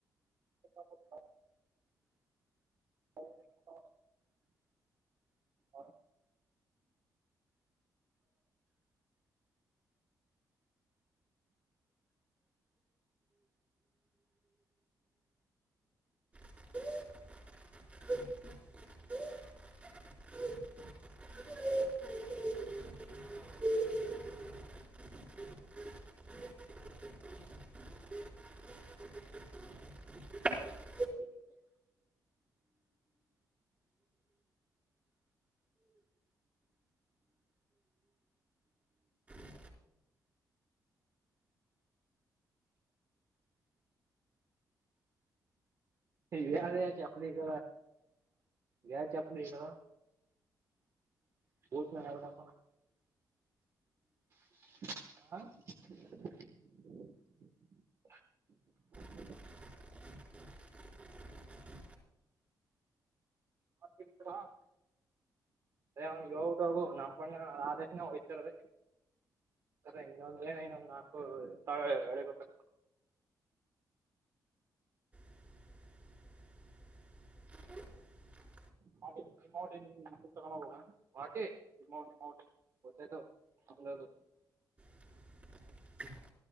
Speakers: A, on the right (about 40°); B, on the right (about 20°).
A: <inaudible> <inaudible> ಹೌ
B: <inaudible> ಹ ಹ್ಮ <inaudible> <inaudible>
A: ಹ
B: ಹ
A: ವ ಚಪಲಿ ಕ ವ್ಯ ಚಪ್ಪಲಿ ಕ ಚ್ ನ ಹಾವದಕ ಹ
B: <inaudible>
A: ವಾಕ್ ಸಲಾಮ ಅದೇ ಅವ್ನ್ಿಗೆ ಯೋಗಟ್ಟ ಹೋಗು ನಮ್ಮ ಪಣ್ಣ ಆದೇಶನ ಹೋಗಯ್ತರದ ಸರ ಇನ್ನೊಂದ ಏನ ಇನ್ನೊಂದ್ ನಾಲ್ಕು ಹೊಳಿಬೇಕ
B: <inaudible>
A: ಮಾಡ ಜಮಾವ ಪತ ಮಾಡ ಜಮಾವಮಾವ ಕತ್ತಾಯ ಹಂಗದು
B: <inaudible>